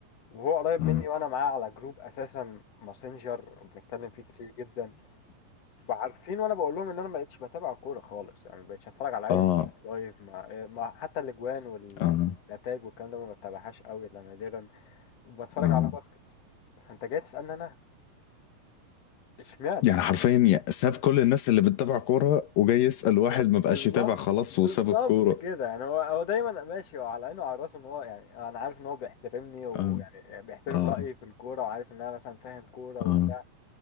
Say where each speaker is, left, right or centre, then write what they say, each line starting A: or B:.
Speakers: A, on the left; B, on the left.
A: وهو قريب
B: اه
A: مني وانا معاه على جروب اساسا ماسنجر بنتكلم فيه كتير جدا وعارفين وانا بقول لهم ان انا ما بقتش بتابع كوره خالص يعني ما بقتش اتفرج على اي
B: اه
A: ماتشات لايف ما ما- حتى الاجوان والنتائج
B: اه
A: والكلام ده ما بتابعهاش قوي الا نادرا وبتفرج
B: اه
A: على باسكت فانت جاي تسالني انا اشمعنى
B: يعني حرفيا يا- ساب كل الناس اللي بتتابع كورة وجاي يسأل واحد ما بقاش
A: بالظبط
B: يتابع خلاص
A: بالظبط
B: وساب الكورة
A: كده يعني هو هو دايما ماشي هو على عينه وعلى راسه ان هو يعني انا عارف ان هو بيحترمني ويعني
B: اه
A: بيحترم
B: اه
A: رايي في الكوره وعارف ان انا مثلا فاهم كوره
B: اه
A: وبتاع